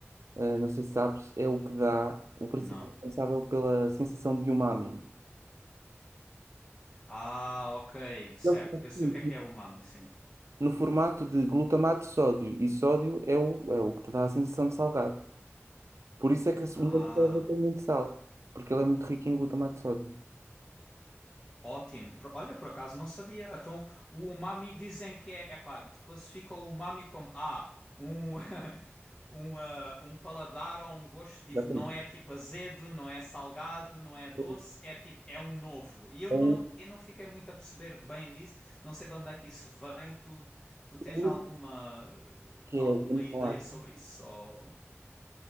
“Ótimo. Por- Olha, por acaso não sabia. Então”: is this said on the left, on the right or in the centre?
Left